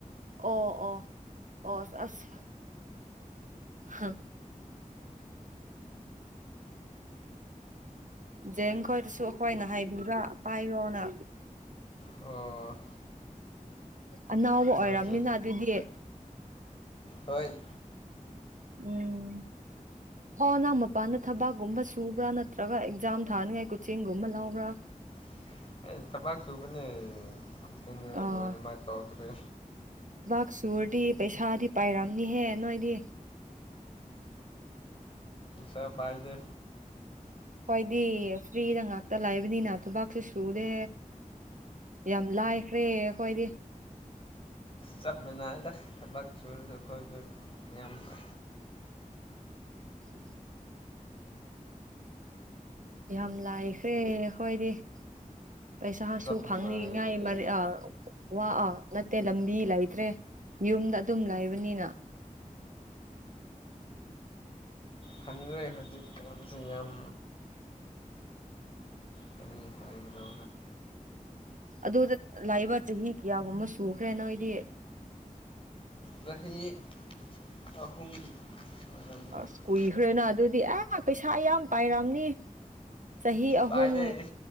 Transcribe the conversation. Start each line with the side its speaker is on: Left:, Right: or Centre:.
Right: ꯑꯣ ꯑꯣ ꯑꯣ ꯑꯁ ꯍꯥ ꯖꯦꯡ ꯈꯣꯏꯗꯁꯨ ꯑꯩꯈꯣꯏꯅ ꯍꯥꯏꯕꯤꯕ ꯄꯥꯏꯌꯣꯅ
Left: ꯑꯣ
Right: ꯑꯅꯥꯕ ꯑꯣꯏꯔꯝꯅꯤꯅ
Left: ꯃꯥꯏꯁꯨ
Right: ꯑꯗꯨꯗꯤ
Left: ꯍꯣꯏ
Right: ꯎꯝ ꯑꯣ ꯅꯪ ꯃꯄꯥꯟꯗ ꯊꯕꯥꯛꯀꯨꯝꯕ ꯁꯨꯕ꯭ꯔꯥ ꯅꯠꯇ꯭ꯔꯒ ꯑꯦꯛꯖꯥꯝ ꯊꯥꯅꯤꯉꯥꯏ ꯀꯣꯆꯤꯡꯒꯨꯝꯕ ꯂꯕ꯭ꯔꯥ
Left: <inaudible> ꯑꯦ ꯊꯄꯥꯥꯛꯁꯨꯨꯕ ꯀꯆꯤꯡ
Right: ꯑꯥ
Left: ꯂ ꯃꯥ ꯇꯧꯀ ꯔꯦ
Right: ꯀꯛꯆꯨꯔꯗꯤ ꯄꯩꯁꯥꯗꯤ ꯄꯥꯏꯔꯝꯅꯤꯍꯦ ꯅꯣꯏꯗꯤ
Left: ꯏꯁ ꯐꯥꯏꯗꯦ
Right: ꯍꯣꯏꯗꯤ ꯐ꯭ꯔꯤꯗ ꯉꯥꯛꯇ ꯂꯥꯛꯕꯅꯤꯅ ꯊꯕꯥꯛꯁꯦ ꯁꯨꯔꯦ ꯌꯥꯝ ꯂꯥꯏꯈ꯭ꯔꯦ ꯑꯩꯈꯣꯏꯗꯤ
Left: ꯆꯞ ꯃꯥꯟꯅꯗ ꯊꯕꯛ ꯁꯨꯔꯁꯨ ꯑꯩꯈꯣꯏꯁꯨ ꯌꯥꯝ <inaudible>
Right: ꯎꯝ ꯌꯥꯝ ꯂꯥꯛꯈꯦ ꯑꯩꯈꯣꯏꯗꯤ ꯄꯩꯁꯥꯁꯨ
Left: ꯆꯞ ꯃꯥꯟꯅꯩꯌꯦ
Right: ꯐꯪꯉꯥꯏ ꯑꯥ ꯋꯥ ꯑꯥ ꯅꯠꯇꯦ ꯂꯝꯕꯤ ꯂꯩꯇ꯭ꯔꯦ ꯌꯨꯝꯗ ꯑꯗꯨꯝ ꯂꯩꯕꯅꯤꯅ
Left: ꯈꯪ꯭ꯔꯦ ꯍꯧꯖꯤꯛꯀꯁꯤ ꯌꯥꯝ ꯀꯔꯤ ꯁꯔꯒꯤ ꯂ
Right: ꯑꯗꯨꯗ ꯂꯥꯛꯏꯕ ꯆꯍꯤ ꯀꯌꯥꯒꯨꯝꯕ ꯁꯨꯈ꯭ꯔꯦ ꯅꯣꯏꯗꯤ
Left: ꯔꯦ ꯑꯍꯨꯝ ꯑꯣꯏꯔꯝꯒꯅꯤ
Right: ꯑꯁ ꯀꯨꯏꯈ꯭ꯔꯦꯅ ꯑꯗꯨꯗꯤ ꯑꯦ ꯄꯩꯁꯥ ꯌꯥꯝꯌꯥꯝ ꯄꯥꯏꯔꯝꯅꯤ ꯆꯍꯤ ꯑꯍꯨꯝ
Left: ꯄꯥꯏꯗꯩ